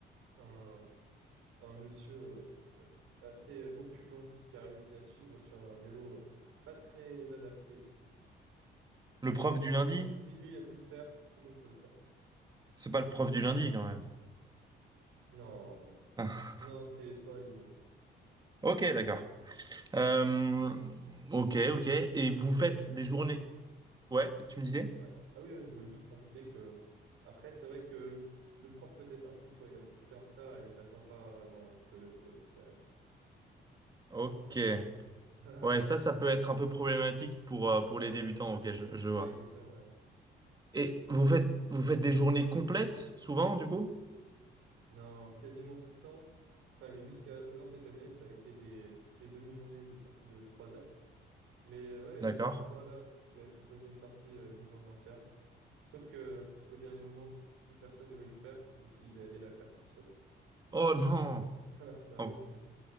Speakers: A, on the right; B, on the right.
A: un un monsieur euh, assez opulent qui a réussi à suivre sur un vélo euh, pas très adapté.
B: Le prof
A: Et franchement,
B: du lundi?
A: je pense que si lui a pu le faire, tout le monde peut le faire.
B: C'est pas le prof du lundi, quand même.
A: Non, non,
B: Ah.
A: non, c'est Sohaib.
B: Ok, d'accord. Euh, ok, ok. Et vous
A: Mais,
B: faites des journées... Ouais, tu me disais?
A: ouais. Ah oui, je voulais juste rajouter que, après, c'est vrai que le prof peut être impitoyable. Si t'es en retard, il t'attend pas vraiment, il te laisse euh, derrière.
B: Ok.
A: <laughs>
B: Ouais, ça, ça peut être un peu problématique pour, euh, pour
A: Ouais,
B: les débutants. Ok, je, je vois.
A: ouais, exactement, ouais.
B: Et vous faites, vous faites des journées complètes, souvent, du coup?
A: Non, quasiment tout le temps. Enfin, et jusqu'à présent cette année, ça a été des, des demi-journées, des sorties de 3 heures. Mais euh, ouais,
B: D'accord.
A: la dernière fois, là, il avait proposé une sortie euh, d'une journée entière. Sauf que au dernier moment, plus personne ne voulait le faire, donc il est allé la faire tout seul.
B: Oh non!
A: <laughs> C'est un
B: En,
A: peu triste.